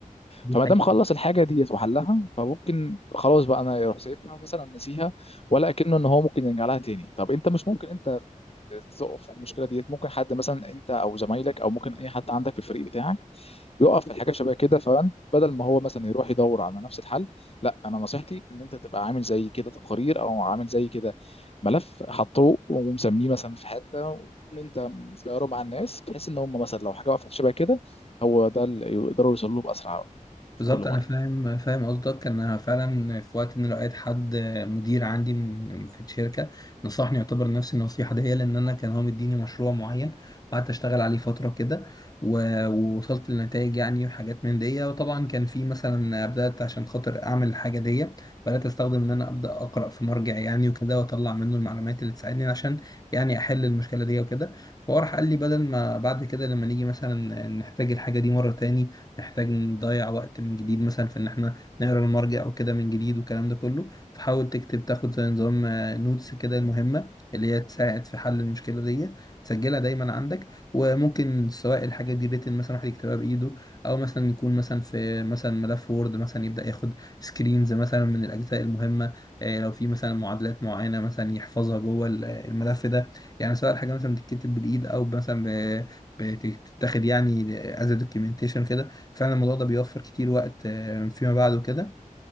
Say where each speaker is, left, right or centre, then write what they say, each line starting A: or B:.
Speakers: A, on the left; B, on the left.
A: دي
B: فما
A: حاجة
B: دام خلص الحاجه ديت وحلها فممكن خلاص بقى انا يروح سايبها مثلا نسيها ولا اكنه ان هو ممكن يرجع لها تاني طب انت مش ممكن انت تقف في المشكله ديت ممكن حد مثلا انت او زمايلك او ممكن اي حد عندك في الفريق بتاعك يقف في الحاجات شبه كده فانت بدل ما هو مثلا يروح يدور على نفس الحل لا انا نصيحتي ان انت تبقى عامل زي كده تقارير او عامل زي كده ملف حطوه ومسميه مثلا في حته وان انت شيره مع الناس بحيث ان هم مثلا لو حاجه وقفت شبه كده هو ده اللي يقدروا يوصلوا له باسرع في
A: بالظبط
B: كل
A: انا
B: مره
A: فاهم فاهم قصدك انا فعلا في وقت ان لقيت حد مدير عندي من- في الشركه نصحني يعتبر نفس النصيحه دي لان انا كان هو مديني مشروع معين وقعدت اشتغل عليه فتره كده و- ووصلت لنتائج يعني وحاجات من دي وطبعا كان في مثلا بدات عشان خاطر اعمل الحاجه دي بدات استخدم ان انا ابدا اقرا في مرجع يعني وكده واطلع منه المعلومات اللي تساعدني عشان يعني احل المشكله دي وكده فهو راح قال لي بدل ما بعد كده لما نيجي مثلا نحتاج الحاجه دي مره تاني نحتاج نضيع وقت من جديد مثلا في ان احنا نقرا المرجع او كده من جديد والكلام ده كله فحاول تكتب تاخد زي نظام نوتس كده المهمة اللي هي تساعد في حل المشكلة دي تسجلها دايما عندك وممكن سواء الحاجة دي ريتن مثلا واحد يكتبها بإيده أو مثلا يكون مثلا في مثلا ملف وورد مثلا يبدأ ياخد سكرينز مثلا من الأجزاء المهمة آه، لو في مثلا معادلات معينة مثلا يحفظها جوه ال- الملف ده يعني سواء الحاجة مثلا بتتكتب بالإيد أو مثلا ب- بتتاخد يعني از دوكيومنتيشن كده فعلا الموضوع ده بيوفر كتير وقت آه، فيما بعد وكده